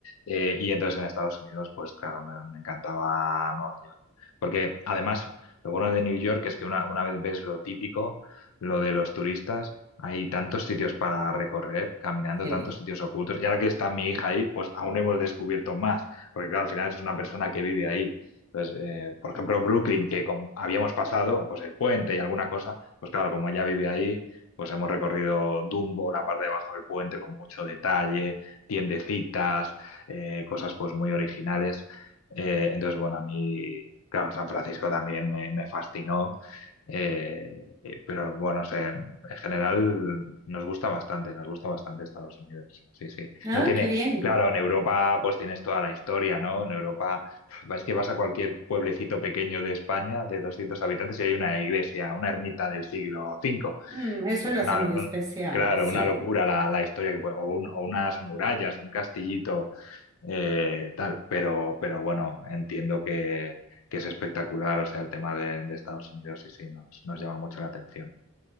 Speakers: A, on the left; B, on the right.
A: eh, y entonces en Estados Unidos, pues claro, me, me encantaba Nueva York. Porque además, lo bueno de New York es que una, una vez ves lo típico, lo de los turistas, hay tantos sitios para recorrer, caminando,
B: sí.
A: tantos sitios ocultos. Y ahora que está mi hija ahí, pues aún hemos descubierto más. Porque claro, al final es una persona que vive ahí. Entonces, eh, por ejemplo, Brooklyn, que com- habíamos pasado, pues el puente y alguna cosa, pues claro, como ella vive ahí, pues hemos recorrido Dumbo, la parte de abajo del puente con mucho detalle, tiendecitas, eh, cosas pues muy originales. Eh, entonces, bueno, a mí, claro, San Francisco también me, me fascinó, eh, eh, pero bueno, no sé, en general nos gusta bastante, nos gusta bastante Estados Unidos. Sí, sí.
B: Ah,
A: No tiene,
B: qué bien.
A: claro, en Europa pues tienes toda la historia, ¿no? En Europa es que vas a cualquier pueblecito pequeño de España de 200 habitantes y hay una iglesia, una ermita del siglo V.
B: Mm,
A: Es
B: eso lo hace
A: una,
B: muy
A: un-
B: especial,
A: claro,
B: sí.
A: una locura la, la historia que puede, o, un- o unas murallas, un castillito, eh, tal, pero, pero bueno, entiendo que, que es espectacular, o sea, el tema de, de Estados Unidos, sí, sí, nos, nos llama mucho la atención.